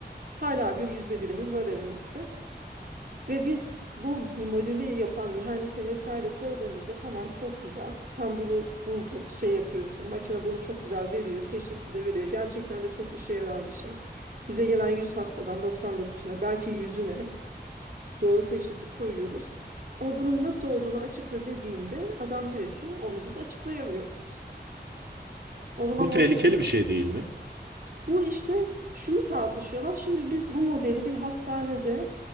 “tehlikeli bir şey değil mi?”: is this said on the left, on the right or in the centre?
Right